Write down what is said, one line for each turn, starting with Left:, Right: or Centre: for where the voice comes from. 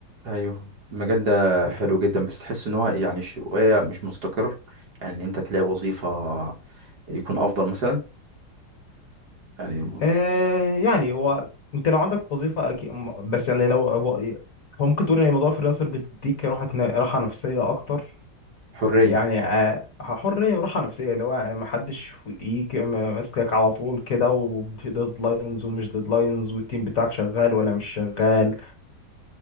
Right: ايوه المجال ده
Left: وط-
Right: حلو جدا بس تحس ان هو يعني شويه مش مستقر يعني ان انت تلاقي وظيفه يكون افضل مثلا يعني
Left: آه يعني هو انت لو عندك وظيفه أكيد بس يعني لو هو هو ممكن تقول ان موضوع فريلانسر بيديك راحه راحه نفسيه اكتر
Right: حرية
Left: يعني آه، حريه وراحه نفسيه اللي هو ما حدش فوقيك ما- ماسكك على طول كده وديدلاينز ومش ديدلاينز والتيم بتاعك شغال ولا مش شغال